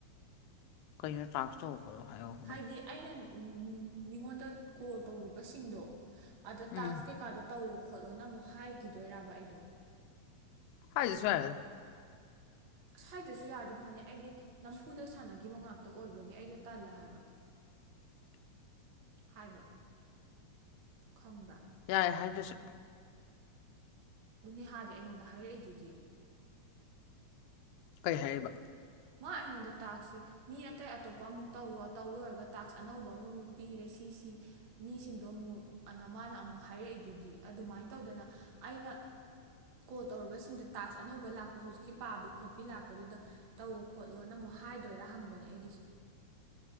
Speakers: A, on the left; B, on the right.
A: ꯀꯩꯅꯣ ꯇꯥꯛꯁ ꯇꯧ ꯈꯣꯂꯣ ꯍꯥꯏꯔꯣ ꯍꯥꯏꯕꯨ
B: ꯍꯥꯏꯗꯤ
A: ꯀꯩꯅꯣ
B: ꯑꯩꯅ ꯃꯤꯉꯣꯟꯗ ꯀꯣꯜ ꯇꯧꯔꯨꯕꯁꯤꯡꯗꯣ ꯑꯗ ꯇꯥꯛꯁ
A: ꯎꯝ
B: ꯀꯩꯀꯥꯗꯣ ꯇꯧꯑꯣ ꯈꯣꯠꯂꯣꯅ ꯑꯃꯨꯛ ꯍꯥꯏꯈꯤꯗꯣꯏꯔꯕ ꯑꯩꯗꯣ
A: ꯍꯥꯏꯗꯔ꯭ꯁꯨ ꯌꯔꯦꯗꯥ
B: ꯑꯥꯁ ꯍꯥꯏꯗꯔ꯭ꯁꯨ ꯌꯥꯔꯗꯤ ꯐꯅꯤ ꯑꯩꯗꯤ ꯅꯝꯐꯨꯗ ꯁꯥꯟꯅꯈꯤꯕ ꯉꯥꯛꯇ ꯑꯣꯏꯕꯒꯤ ꯑꯩꯗꯣ ꯇꯜꯂꯦ ꯍꯥꯏꯕ
A: <inaudible>
B: ꯍꯥꯏꯕ ꯈꯪꯕ꯭ꯔꯥ
A: ꯌꯥꯔꯦ ꯍꯥꯏꯗꯨꯁꯨ
B: ꯑꯗꯨꯅꯦ ꯅꯦꯍꯥꯗꯤ ꯑꯩꯉꯣꯟꯗ ꯍꯥꯏꯔꯛꯏꯗꯨꯗꯤ
A: ꯀꯩ ꯍꯥꯏꯔꯤꯕ
B: ꯃꯥ ꯑꯩꯉꯣꯟꯗ ꯇꯥꯛꯁꯤ ꯃꯤ ꯑꯇꯩ ꯑꯇꯣꯞꯄ ꯑꯃꯨꯛ ꯇꯧꯔꯣ ꯇꯧ ꯂꯣꯏꯔꯒ ꯇꯥꯛꯁ ꯑꯅꯧꯕ ꯑꯃꯃꯨꯛ ꯄꯤꯔꯦ ꯁꯤꯁꯤ ꯃꯤꯁꯤꯡꯗꯣ ꯑꯃꯨꯛ ꯑꯅ ꯃꯥꯅ ꯑꯃꯨꯛ ꯍꯥꯏꯔꯛꯏꯗꯨꯗꯤ ꯑꯗꯨꯃꯥꯏꯅ ꯇꯧꯗꯅ ꯑꯩꯅ ꯀꯣꯜ ꯇꯧꯔꯨꯕꯁꯤꯡꯗ ꯇꯥꯛꯁ ꯑꯅꯧꯕ ꯂꯥꯛꯄ ꯍꯧꯖꯤꯛꯀꯤ ꯄꯥꯕꯤ ꯈꯣꯠꯄꯤ ꯂꯥꯛꯄꯗꯨꯗ ꯇꯧꯋ ꯈꯣꯠꯂꯣꯅ ꯑꯃꯨꯛ ꯍꯥꯏꯗꯣꯏꯔꯥ ꯍꯪꯕꯅꯦ ꯑꯩꯒꯤꯁꯤ